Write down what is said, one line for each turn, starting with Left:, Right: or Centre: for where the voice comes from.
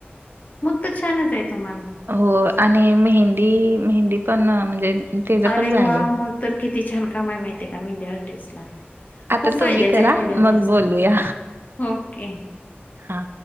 Left: मग तर छानच आहे तुम्हाला.
Right: होय आणि मेहंदी, मेहंदी पण अ म्हणजे त्याच
Left: अरे
Right: पण झाले
Left: वा! मग तर किती छान काम आहे माहितेय का, मेहंदी आर्टिस्ट ला.
Right: आता
Left: खूप
Right: तुम्ही
Left: फायद्याच
Right: करा
Left: आहे मेहंदी आर्टिस्ट,
Right: मग बोलूया
Left: हो की.
Right: हा.